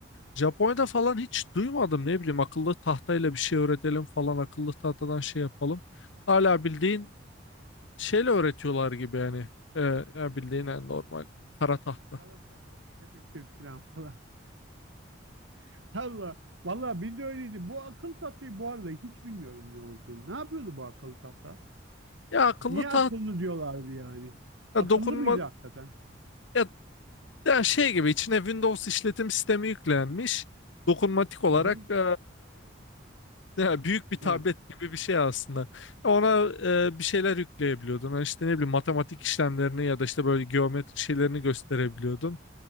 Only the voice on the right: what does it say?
Parasat,
Parasat, Tepeşir falan falan. <laughs> Allah, vallahi bildi öyleydi. Bu akıl tahtayı bu arada hiç bilmiyorum ne olduğunu. Ne yapıyordu bu akıl tahta?
Niye
akıllı diyorlardı yani?
Akıllı
mıydı hakikaten?
Hı hı,
evet.